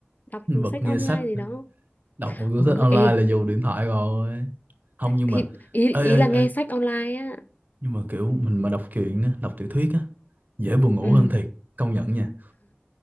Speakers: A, on the right; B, on the left.
A: <laughs>
B: đọc
A: bật
B: sách
A: nghe
B: online
A: sách
B: gì đó
A: đọc một cuốn
B: ừ
A: sách online
B: ê
A: là dùng điện thoại rồi không nhưng
B: thì
A: mà
B: ý
A: ê
B: ý
A: ê
B: là nghe
A: ê
B: sách online á
A: nhưng mà kiểu mình mà đọc truyện á, đọc tiểu thuyết á dễ buồn ngủ
B: ừ
A: hơn thiệt công nhận nha